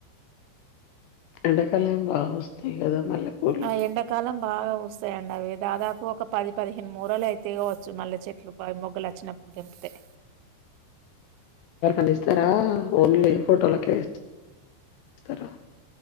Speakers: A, on the left (about 80°); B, on the right (about 80°).
A: ఎండ కాల బా వస్తాయి కదా మల్లెపూలు
B: ఆ ఎండకాలం బాగా వస్తాయండి అవి దాదాపు ఒక పది పదిహేను మూరలు అయితే కావచ్చు. మళ్ళీ చెట్లు మొగ్గులు వచ్చినప్పుడు తెలీతాయి
A: ని ఇస్తారా ఓన్లీ ఫోటోలకే ఇస్తారా